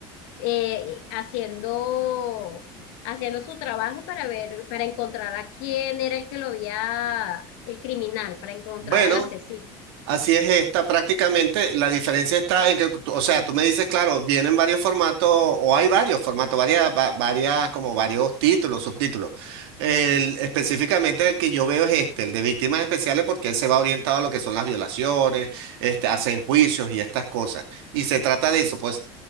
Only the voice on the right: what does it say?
Bueno,
Así es esta prácticamente, la diferencia está en que, tú- o sea, tú me dices, claro, vienen varios formatos o hay varios formatos, varias, va- varias, como varios títulos, subtítulos. El- específicamente el que yo veo es este, el de víctimas especiales, porque él se va orientado a lo que son las violaciones, este, hacen juicios y estas cosas. Y se trata de eso, pues,